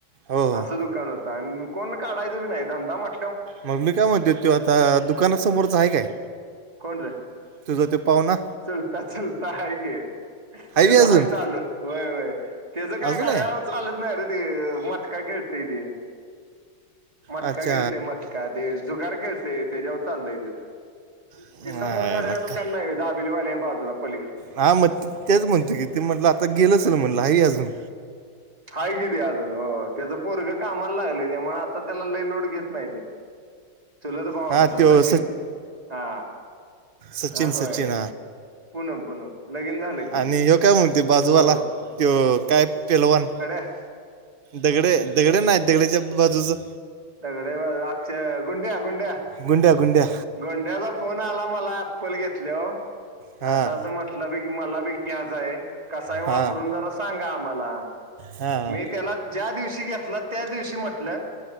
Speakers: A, on the right (about 70°); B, on the right (about 20°).
A: हो हो
B: असं दुकान होतं, आणि कोण काढायचं पण नाही धंदा म्हटल
A: मग मी काय म्हणतो तो आता दुकानासमोरच आहे काय?
B: कोण र?
A: तुझ ते पाव्हणा.
B: चुलता चुलता हाय की. तेच
A: बी अजून
B: हाय चालु. होय होय तेच काय
A: अजून
B: गाड्याला
A: आहे
B: चालत नाही रे ते मट मटका खेळतय ते, मटका
A: अच्छा
B: खेळतय मटका. जुगार खेळतय त्याच्यावर चालतय त्याच....
A: नाही,
B: ते समोर घडायाळाच
A: याला काय.
B: दुकान नाही व्हय? बिलीवा <inaudible> बाजूला पलीकडे
A: हा मग तेच म्हणतो की, ते म्हटलं आता गेल असेल म्हटलं आहे की अजून
B: हाय की ते अजून..... होय. त्याचा पोरग कामाला लागलय, त्यामुळे आता त्याला लय लोड घेत नाही ते. चुलत भाऊ आमचा
A: हां त्यो
B: सचिन हा
A: सचिन
B: हा
A: सचिन
B: होय पूनम पूनम लगीन झालं की
A: आणि
B: तुझं
A: हो काय म्हणते? बाजूवाला
B: हो
A: तो काय पैलवान...
B: ह
A: दगड दगड नाहीत. दगडच्या बाजूच
B: दगडे अक्षय गुड्या गुंड्या
A: गुंड्या गुंड्या
B: गुड्याचा फोन आला मला. चप्पल घेतले ओ,
A: हां
B: असं असं म्हंटलं बी की मला बी घ्यायचाय आहे. कसाय? वापरून
A: हां
B: जरा सांगा आम्हाला.
A: हां
B: मी त्याला. ज्या दिवशी घेतला. त्याच दिवशी म्हटलं,